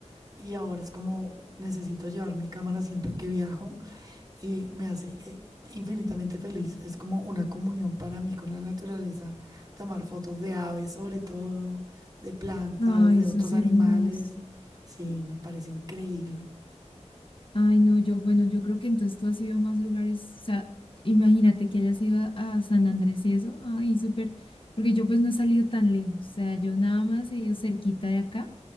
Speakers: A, on the right (about 30°); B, on the left (about 45°).
A: y ahora es como necesito llevar mi cámara siempre que viajo y me hace eh, infinitamente feliz. Es como una comunión para mí con la naturaleza, tomar fotos de aves sobre todo, de plantas,
B: Ay,
A: de
B: eso
A: otros
B: es
A: animales.
B: hermoso.
A: Sí, me parece increíble.
B: Ay, no, yo, bueno, yo creo que entonces tú has ido a más lugares. O sea, imagínate que hayas ido a, a San Andrés y eso. Ay, súper. Porque yo pues no he salido tan lejos. O sea, yo nada más he ido cerquita de acá.